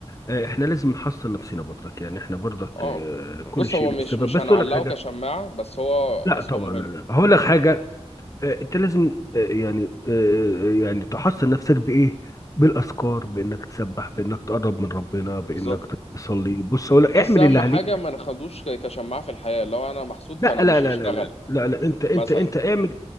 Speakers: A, on the left; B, on the left.
A: آه، احنا لازم نحصن نفسنا برضك يعني احنا برضك
B: اه
A: آه، كل
B: بص
A: شيء
B: هو
A: له
B: مش
A: سبب
B: مش
A: بس
B: هنعلقه
A: اقول لك حاجه
B: كشماعة بس هو
A: لا
B: بس
A: طبعا
B: هو مهم
A: لا لا هقول لك حاجه آه، انت لازم آه، يعني آه، آه، يعني تحصن نفسك بايه بالاذكار بانك تسبح بانك تقرب من ربنا بانك
B: بالظبط
A: تصلي بص اقول
B: بس
A: لك اعمل
B: اهم
A: اللي عليك
B: حاجة ما ناخدوش ك- كشماعة في الحياة لو انا محسود
A: لا
B: فانا
A: لا
B: مش
A: لا
B: هشتغل
A: لا لا لا لا انت انت
B: مثلا
A: انت اعمل